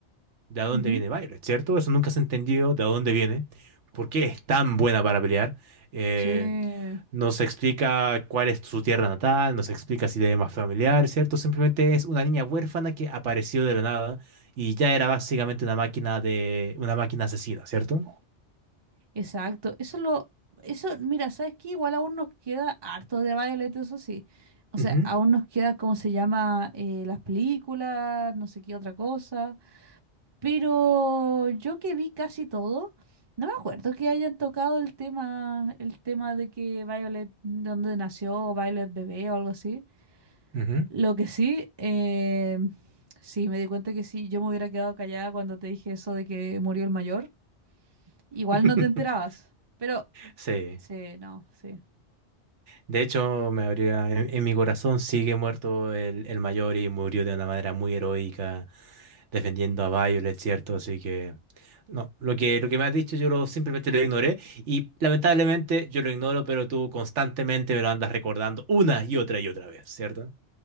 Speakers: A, on the right; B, on the right.
A: de a dónde
B: Ujú.
A: viene Violet, ¿cierto? Eso nunca se entendió de a dónde viene, por qué es tan buena para pelear. Eh,
B: Sí.
A: Nos explica cuál es su tierra natal, nos explica si tiene más familiar, ¿cierto? Simplemente es una niña huérfana que apareció de la nada y ya era básicamente una máquina de una máquina asesina, ¿cierto?
B: Exacto, eso lo, eso, mira, ¿sabes qué? Igual aún nos queda harto de Violet, eso sí. O sea,
A: Ujú,
B: aún nos queda, ¿cómo se llama? Eh, las películas, no sé qué otra cosa. Pero yo que vi casi todo, no me acuerdo que hayan tocado el tema, el tema de que Violet, de dónde nació, Violet bebé o algo así.
A: ujú.
B: Lo que sí, eh, sí, me di cuenta que sí, yo me hubiera quedado callada cuando te dije eso de que murió el mayor. Igual
A: <laughs>
B: no te enterabas. Pero
A: Sí.
B: Sí, no, sí.
A: De hecho, me habría en, en mi corazón sigue muerto el, el mayor y murió de una manera muy heroica. defendiendo a Violet, ¿cierto? Así que, no, lo que, lo que me has dicho yo lo, simplemente lo ignoré y lamentablemente yo lo ignoro, pero tú constantemente me lo andas recordando una y otra y otra vez, ¿cierto?